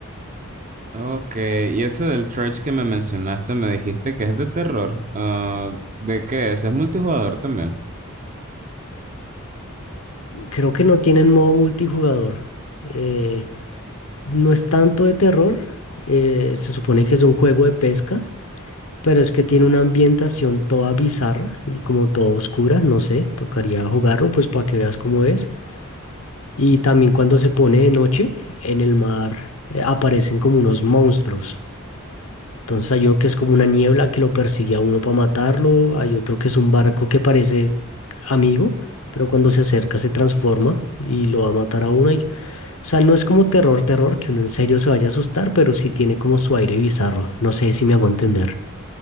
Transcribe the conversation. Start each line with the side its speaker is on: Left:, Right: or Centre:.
Right: Ok, y ese del Church que me mencionaste, me dijiste que es de terror. Ah, ¿de qué es? ¿Es multijugador también?
Left: Creo que no tienen modo multijugador. Eh, no es tanto de terror, eh, se supone que es un juego de pesca, pero es que tiene una ambientación toda bizarra y como toda oscura, no sé, tocaría jugarlo pues para que veas cómo es. Y también cuando se pone de noche, en el mar eh, aparecen como unos monstruos. Entonces hay uno que es como una niebla que lo persigue a uno para matarlo, hay otro que es un barco que parece amigo, pero cuando se acerca se transforma y lo va a matar a uno. Y, o sea, no es como terror, terror, que uno en serio se vaya a asustar, pero sí tiene como su aire bizarro. No sé si me hago entender.